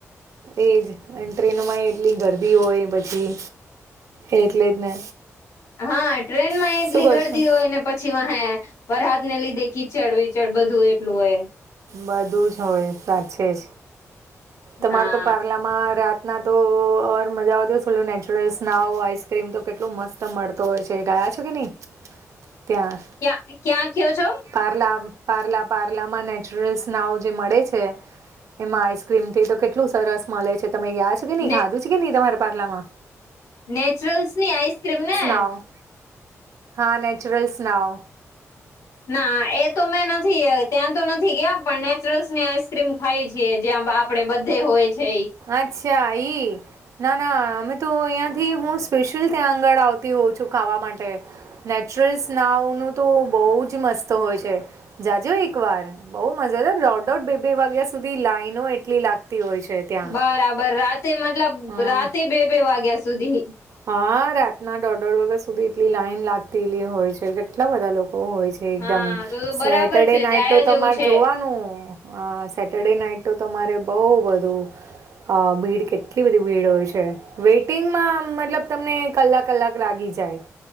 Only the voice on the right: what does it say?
એ જ અન ટ્રેનોમાં એટલી ગરદી હોય પછી એટલે જ ને.
શું
કહો
છો
બધું જ હોય સાચે જ તમાર
તો પાર્લા માં રાતના તો ઓર મજા આવતી હોય નેચરલ સ્નાવ આઈસક્રીમ તો કેટલું મસ્ત ત મળતો હોય છે ગાયા છો કે નહી ત્યાં.
પાર્લા પાર્લા પાર્લામાં નેચરલ્ સ્નાવ જે મળે છે. એમાં આઈસક્રીમથી તો કેટલું સરસ મળે છે તમે ગયા છો કે નહી
ખાધું છે કે નહી તમારા પાર્લા માં
નાવ હા નેચુરલ્સ નાઓ
અચ્છા એઈ ના ના અમે તો અહીંથી હું સ્પેશિયલ ત્યાં આગળ આવતી હોઉં છું ખાવા માટે નેચરલ સ્નાવનું તો બહુ જ મસ્ત હોય છે જાજો એક વાર બહ મજા રોટોટ બે બે વાગ્યા સુધી લાઈનો એટલી લાગતી હોય છે ત્યાં
હં
હા રાતના દોઢ દોઢ વાગ્યા સુધી એટલી લાઈન લાગતી હોય છે કેટલા બધા લોકો હોય છે એકદમ
સેટરડે
નાઈટ
તો
તમારે
જોવાનું હ સેટરડે નાઈટ તો તમારે બઉ બધું અ ભીડ કેટલી બધી ભીડ હોય છે વેઇટિંગમાં મતલબ તમને કલાક કલાક લાગી જાય